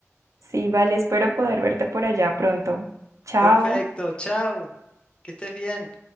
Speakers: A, on the right; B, on the left.
A: sí, vale, espero poder verte por allá pronto. Chao.
B: Perfecto, chao, que estés bien.